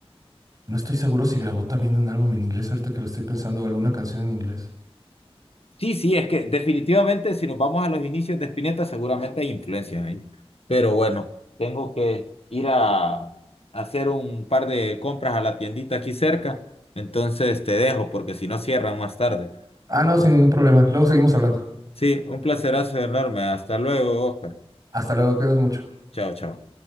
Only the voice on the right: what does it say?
No estoy seguro si grabó también un álbum en inglés ahorita que lo estoy pensando o alguna canción en inglés.
Ah, no,
sin ningún problema. Luego seguimos hablando.
Hasta luego, cuidas mucho.